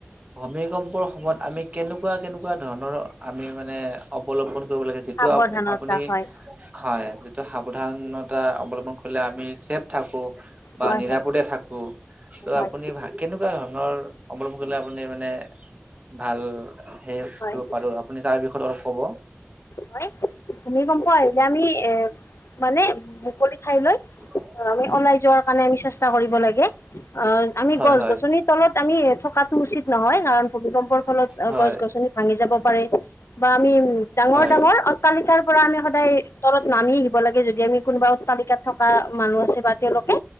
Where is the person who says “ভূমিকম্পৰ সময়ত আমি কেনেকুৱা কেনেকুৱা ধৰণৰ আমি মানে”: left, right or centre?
Right